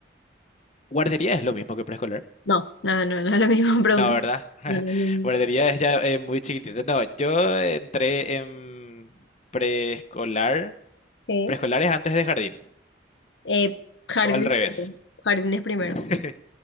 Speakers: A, on the left; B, on the left.
A: Guardería es lo mismo que preescolar.
B: No, no, no, no es la misma <laughs> pregunta.
A: No, ¿verdad? <laughs>
B: No, no es lo mismo.
A: Guardería es ya eh, muy chiquitito. No, yo entré en preescolar.
B: Sí.
A: Preescolar es antes de jardín,
B: Eh, jardines
A: o al revés.
B: primero. Jardines primero.
A: <laughs>